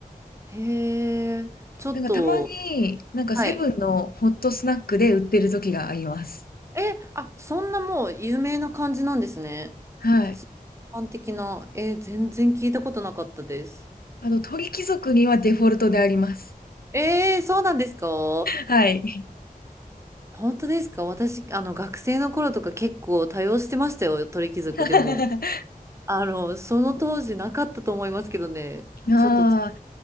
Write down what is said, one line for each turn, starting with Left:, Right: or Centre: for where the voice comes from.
Right: へえ、ちょっと、
Left: なんかたまに、なんかセブンのホットスナックで売ってる時があります。
Right: はい。え、あ、そんなもう有名な感じなんですね。
Left: はい。
Right: 普通般的な。え、全然聞いたことなかったです。
Left: あと、鳥貴族にはデフォルトであります。
Right: えー、そうなんですか
Left: はい。
Right: 本当ですか私、あの、学生の頃とか結構多用してましたよ、鳥貴族でも。
Left: <laughs>
Right: あの、その当時なかったと思いますけどね。
Left: ああ、
Right: ちょっと、